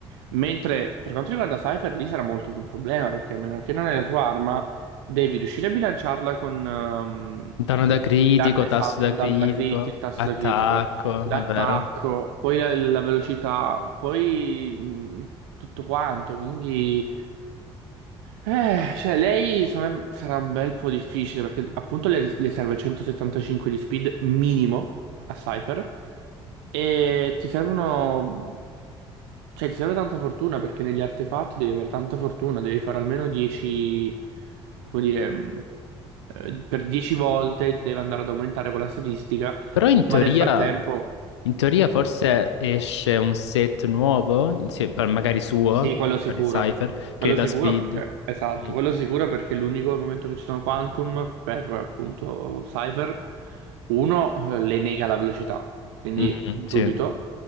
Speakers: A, on the right (about 70°); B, on the left (about 75°).
A: Mentre per quanto riguarda Cypher, lì sarà molto più un problema perché a meno che non hai la sua arma, devi riuscire a bilanciarla con ehm,
B: Danno da
A: il
B: critico,
A: danno esatto,
B: tasso da
A: il
B: critico,
A: danno da crit, il tasso
B: attacco,
A: da critico l'attacco,
B: è vero.
A: poi la, la velocità, poi mh, tutto quanto, quindi... Eh, cioè, lei secondo me, sarà un bel po' difficile perché appunto le, le serve 175 di speed minimo a Cypher e ti servono... Cioè, ti serve tanta fortuna perché negli artefatti devi avere tanta fortuna, devi fare almeno 10... come dire... mh, eh, per 10 volte ti deve andare ad aumentare quella statistica,
B: Però in teoria.
A: ma nel frattempo...
B: In teoria forse esce un set nuovo, insie- per- magari suo,
A: Sì, quello
B: per
A: sicuro.
B: il Cypher,
A: Quello
B: che è da
A: sicuro
B: Speed.
A: perché, esatto,
B: Mm.
A: quello sicuro perché è l'unico momento che ci sono Quantum per appunto Cypher, uno eh, le nega la velocità, quindi
B: Mhm,
A: dubito.
B: sì,